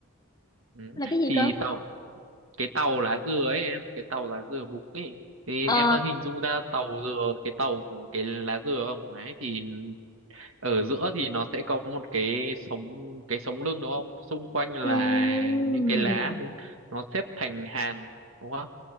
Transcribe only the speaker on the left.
là cái gì
cơ
à,
ừm,